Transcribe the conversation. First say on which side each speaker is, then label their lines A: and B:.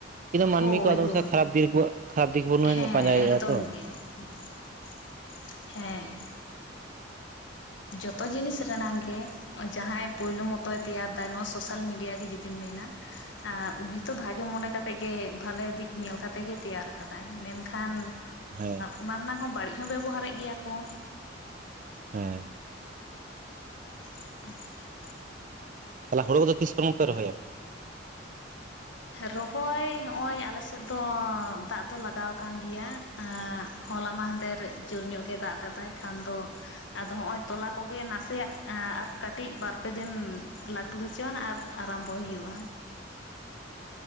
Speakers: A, on the right; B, on the left.
A: ᱠᱤᱱᱛᱩ ᱢᱟᱹᱱᱢᱤ
B: ᱦᱳᱭ
A: ᱠᱚ ᱟᱫᱚᱢ
B: ᱦᱳᱭ
A: ᱥᱚᱢᱚᱭ ᱠᱷᱟᱨᱟᱯ ᱠᱷᱟᱨᱟᱯ ᱫᱤᱠ ᱵᱚᱱ
B: ᱦᱮᱸ
A: ᱯᱟᱸᱡᱟᱭᱮᱜᱼᱟ
B: ᱮᱠᱫᱚᱢ
A: ᱛᱚ᱾
B: <unintelligible> ᱦᱮᱸ᱾ ᱡᱚᱛᱚ ᱡᱤᱱᱤᱥ ᱨᱮ ᱨᱮᱱᱟᱜᱝ ᱜᱮ, ᱡᱟᱦᱟᱸᱭ ᱯᱳᱭᱞᱳ ᱢᱚᱛᱚᱭ ᱛᱮᱭᱟᱨ ᱫᱟ ᱱᱚᱣᱟ ᱥᱳᱥᱟᱞ ᱢᱤᱰᱤᱭᱟ ᱜᱮ ᱡᱩᱫᱤᱢ ᱢᱮᱱᱟ᱾ ᱟᱨ ᱩᱱᱤ ᱛᱚ ᱵᱷᱟᱜᱮ ᱢᱚᱱᱮ ᱠᱟᱛᱮᱜ ᱜᱮ ᱵᱷᱟᱞᱮ ᱫᱤᱠ ᱧᱮᱞ ᱠᱟᱛᱮ ᱜᱮ ᱛᱮᱭᱟᱨ ᱟᱠᱟᱫᱟ᱾ ᱢᱮᱱᱠᱷᱟᱱ
A: ᱦᱮᱸ
B: ᱚᱱᱟ ᱨᱮᱱᱟᱜ ᱦᱚᱸ ᱵᱟᱹᱲᱤᱡ ᱦᱚᱸ ᱵᱮᱵᱚᱦᱟᱨᱮᱜ ᱜᱮᱭᱟ ᱠᱚ᱾
A: ᱦᱮᱸ᱾
B: <inaudible>
A: ᱛᱟᱦᱚᱞᱮ ᱦᱳᱲᱳ ᱠᱚ ᱫᱚ ᱛᱤᱥ ᱠᱷᱚᱱ ᱯᱮ ᱨᱚᱦᱚᱭᱟ?
B: ᱨᱚᱦᱚᱭ ᱦᱚᱜᱼᱚᱭ ᱟᱞᱮᱥᱮᱫ ᱫᱚ ᱫᱟᱜ ᱫᱚ ᱞᱟᱜᱟᱣ ᱟᱠᱟᱱ ᱜᱮᱭᱟ᱾ ᱦᱟᱸᱜ ᱦᱚᱞᱟ ᱢᱟᱦᱟᱸᱫᱮᱨ ᱡᱳᱨ ᱧᱚᱜ ᱜᱮ ᱫᱟᱜ ᱟᱠᱟᱫᱟᱭ ᱠᱷᱟᱱ ᱫᱚ᱾ ᱟᱫᱚ ᱦᱚᱸᱜ ᱚᱭ ᱛᱚᱞᱟ ᱠᱚᱜᱮ ᱱᱟᱥᱮᱭᱟᱜ ᱟᱨ ᱠᱟᱹᱴᱤᱡ ᱵᱟᱨᱯᱮ ᱫᱤᱱ ᱞᱟᱹ ᱴᱩ ᱦᱚᱪᱚᱣᱟᱱ ᱟᱨ ᱟᱨᱟᱢᱵᱚᱭ ᱦᱩᱭᱩᱜᱼᱟ᱾